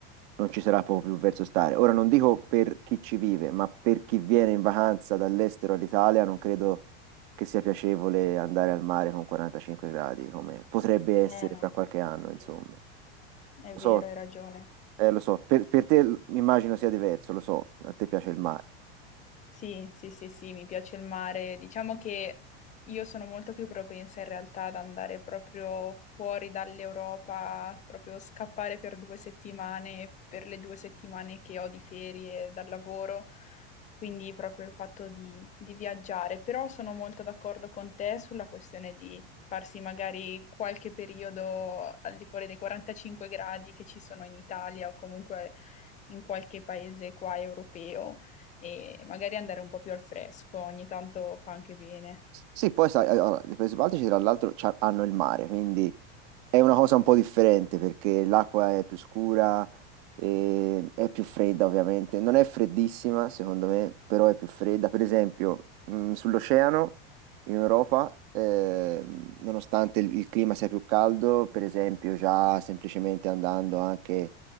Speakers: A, on the right (about 55°); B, on the left (about 25°).
A: non ci sarà proprio più verso stare. Ora non dico per chi ci vive, ma per chi viene in vacanza dall'estero all'Italia, non credo che sia piacevole andare al mare con 45 gradi, come potrebbe essere
B: Eh no,
A: fra qualche anno,
B: è vero,
A: insomma.
B: è
A: Lo
B: vero,
A: so,
B: hai ragione.
A: eh, lo so, per, per te l- mi immagino sia diverso, lo so, a te piace il mare.
B: Sì, sì, sì, sì, mi piace il mare. Diciamo che io sono molto più propensa in realtà ad andare proprio fuori dall'Europa, proprio scappare per due settimane, per le due settimane che ho di ferie dal lavoro, quindi proprio il fatto di, di viaggiare. Però sono molto d'accordo con te sulla questione di farsi magari qualche periodo al di fuori dei 45 gradi che ci sono in Italia o comunque in qualche paese qua europeo e magari andare un po' più al fresco, ogni tanto fa anche bene.
A: Sì, poi sai, eh, allora, le Paesi Baltici tra l'altro c'ha- hanno il mare, quindi È una cosa un po' differente perché l'acqua è più scura, e è più fredda ovviamente, non è freddissima secondo me, però è più fredda. Per esempio, mh, sull'oceano in Europa, ehm, nonostante il, il clima sia più caldo, per esempio già semplicemente andando anche